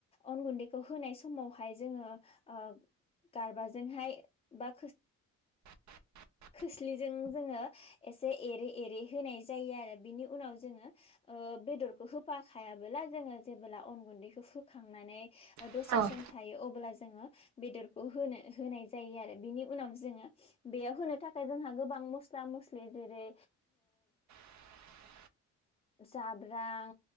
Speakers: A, on the left; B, on the right.
A: अन गुन्दैखौ होनाय समाव हाय जोङो गारबाजोंहाय बा
B: <inaudible>
A: खोस्लिजों जोङो एसे एरै एरै होनाय जायो आरो बिनि उनाव जोङो बेदरखौ होफा खायाबोलाजों जेबोला अन गुन्दैखौ होखांनानै दसे
B: खोनादों
A: सम थायो अब्ला जोङो बेदरखौ होनो होनाय जायो आरो बिनि उनाव जोङो बेयाव होनो थाखाय जोंहा गोबां मस्ला मस्लि जेरै
B: <inaudible>
A: जाब्रां